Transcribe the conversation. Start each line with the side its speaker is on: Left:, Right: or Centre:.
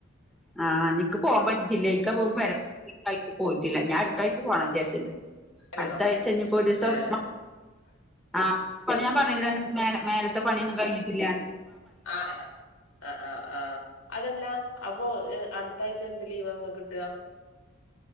Centre: ആ <inaudible> ഇനിക്ക് പോവാൻ പറ്റില്ല ഇങ്കപ്പോക്കിന് പെര പോയിട്ടില്ല ഞാൻ അടുത്താഴ്ച പോണം വിചാരിച്ചിട്ടുണ്ട്
Left: ആഹ്
Centre: അടുത്ത ആഴ്ച ഇഞ്ഞിപ്പം ഒരു ദിവസം
Left: ഏഹ്
Centre: ആ ഞാൻ പറഞ്ഞണ്ട് മേലെ ഇത്തെ പണിയൊന്നും കഴിഞ്ഞിട്ടില്ല
Left: ആ ആ ആ ആ ആ അതല്ല അപ്പൊ അടുത്താഴ്ച എന്ത് ലീവാങ്ങ്ക്ക് കിട്ട